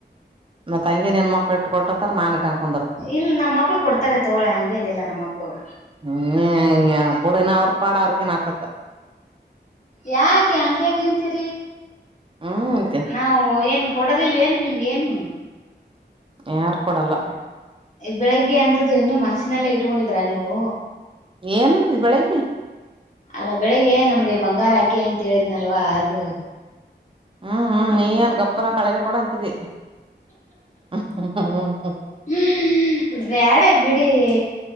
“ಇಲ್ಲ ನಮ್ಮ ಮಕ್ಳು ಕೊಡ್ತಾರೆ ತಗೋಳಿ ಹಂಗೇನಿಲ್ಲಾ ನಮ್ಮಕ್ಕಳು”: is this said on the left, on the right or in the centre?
Left